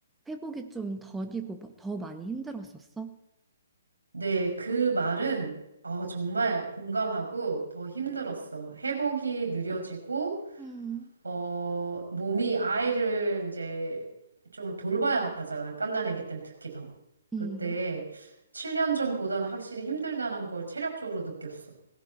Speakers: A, in the centre; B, on the right.
A: 회복이 좀 더디고 마- 더 많이 힘들었었어?
B: 네, 그 말은 어, 정말 공감하고 더 힘들었어. 회복이 느려지고,
A: 음.
B: 어, 몸이 아이를 이제 좀 돌봐야 하잖아. 갓난아기 땐 특히 더.
A: 음,
B: 그때 7년 전보다는 확실히 힘들다는 걸 체력적으로 느꼈어.